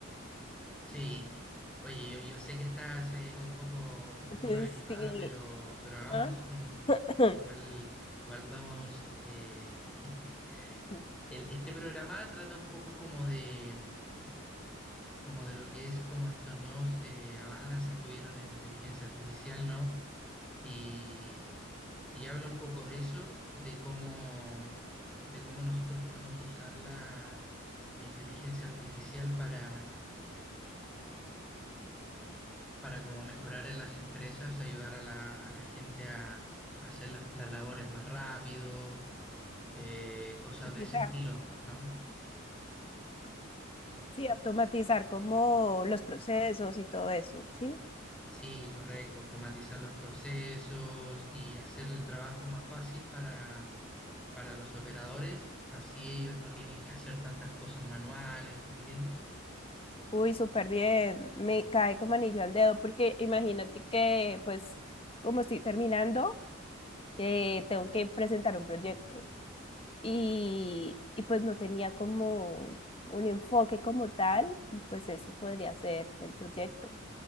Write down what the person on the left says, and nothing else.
<laughs>
Sí.
ah,
<clears throat>
ujú.
Matizar,
¿sí?
Sí, automatizar como los procesos y todo eso, ¿sí?
Uy, súper bien, me cae como anillo al dedo porque imagínate que pues como estoy terminando. eh, tengo que presentar un proyecto y, y pues no tenía como un enfoque como tal y pues eso podría ser el proyecto.